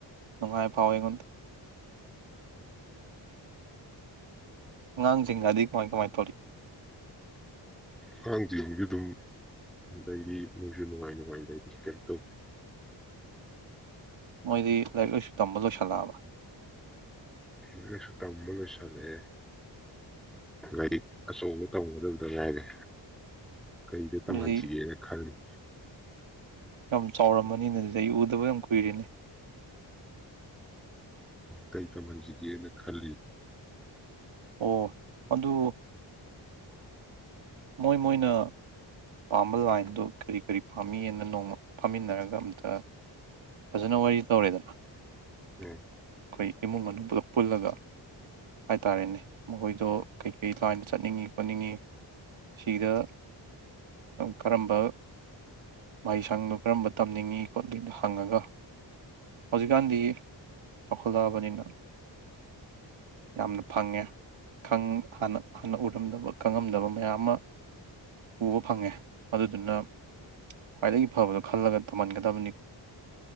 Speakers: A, on the right; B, in the centre.
A: ꯅꯨꯡꯉꯥꯏ ꯐꯥꯎꯋꯦ ꯑꯩꯉꯣꯟꯗ ꯑꯉꯥꯡꯁꯤꯡꯒꯗꯤ ꯀꯃꯥꯏ ꯀꯃꯥꯏꯅ ꯇꯧꯔꯤ
B: ꯍꯥꯡꯖꯁꯨ ꯑꯗꯨꯝ ꯂꯩꯔꯤ ꯃꯣꯏꯁꯨ ꯅꯨꯡꯉꯥꯏ ꯅꯨꯡꯉꯥꯏ ꯂꯩꯔꯤ ꯀꯩꯅꯝ ꯇꯧꯗꯦ
A: ꯃꯣꯏꯗꯤ ꯂꯥꯏꯔꯤꯛ ꯂꯥꯏꯁꯨ ꯇꯝꯕ ꯂꯣꯏꯁꯜꯂꯛꯑꯕ
B: ꯂꯥꯏꯛ ꯂꯥꯏꯁꯨ ꯇꯝꯕ ꯂꯣꯏꯁꯤꯜꯂꯛꯑꯦ ꯂꯥꯏꯔꯤꯛ ꯑꯆꯧꯕ ꯇꯝꯒꯗꯕꯗ ꯉ ꯍꯥꯏꯔꯦ ꯀꯩꯗ ꯇꯝꯍꯟꯁꯤꯒꯦꯅ
A: ꯑꯗꯨꯗꯤ
B: ꯈꯜꯂꯤꯅꯤ
A: ꯌꯥꯝ ꯆꯥꯎꯔꯝꯃꯅꯤꯅ ꯂꯩ ꯎꯗꯕ ꯌꯥꯝ ꯀꯨꯏꯔꯅꯤ
B: ꯀꯔꯤ ꯇꯝꯍꯟꯁꯤꯒꯦꯅ ꯈꯜꯂꯤ
A: ꯑꯣ ꯑꯗꯨ ꯃꯣꯏ ꯃꯣꯏꯅ ꯄꯥꯝꯕ ꯂꯥꯏꯟꯗꯨ ꯀꯔꯤ ꯀꯔꯤ ꯄꯥꯝꯃꯤꯅ ꯅꯣꯡꯃ ꯐꯝꯃꯤꯟꯅꯔꯒ ꯑꯝꯇ ꯐꯖꯅ ꯋꯥꯔꯤ ꯇꯧꯔꯦꯗꯅ ꯑꯩꯈꯣꯏ
B: ꯑꯥ
A: ꯏꯃꯨꯡ ꯃꯅꯨꯡꯗ ꯄꯨꯜꯂꯒ ꯍꯥꯏꯇꯥꯥꯔꯦꯅꯦ ꯃꯈꯣꯏꯗꯣ ꯀꯩꯀꯩ ꯂꯥꯏꯟꯗ ꯆꯠꯅꯤꯡꯉꯤ ꯈꯣꯠꯅꯤꯡꯉꯤ ꯁꯤꯗ ꯀꯔꯝꯕ ꯃꯍꯩꯁꯪꯗꯣ ꯀꯔꯝꯕ ꯇꯝꯅꯤꯡꯉꯤ ꯈꯣꯠꯂꯤꯗꯣ ꯍꯪꯉꯒ ꯍꯧꯖꯤꯛꯀꯥꯟꯗꯤ ꯆꯥꯎꯈꯠꯂꯛꯑꯕꯅꯤꯅ ꯌꯥꯝꯅ ꯐꯪꯉꯦꯥꯟꯅ ꯍꯥꯟꯅ ꯎꯔꯝꯗꯕ ꯈꯪꯉꯝꯗꯕ ꯃꯌꯥꯝ ꯑꯃ ꯎꯕ ꯐꯪꯉꯦ ꯑꯗꯨꯗꯨꯅ ꯈ꯭ꯋꯥꯏꯗꯒꯤ ꯐꯕꯗꯣ ꯈꯜꯂꯒ ꯊꯝꯍꯟꯒꯗꯕꯅꯤꯣ